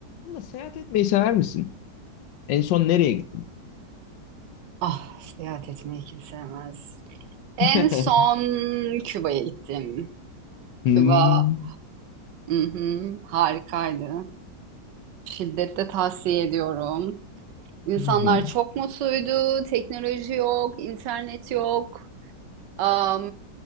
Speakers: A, on the left (about 85°); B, on the right (about 80°).
A: Ama seyahat etmeyi sever misin? En son nereye gittin?
B: Ah, seyahat etmeyi kim sevmez. En
A: <laughs>
B: son Küba'ya gittim. Küba,
A: Hmm.
B: hı hı, harikaydı. Şiddetle tavsiye ediyorum. İnsanlar
A: Hı hı,
B: çok mutluydu. Teknoloji yok, internet yok. Am,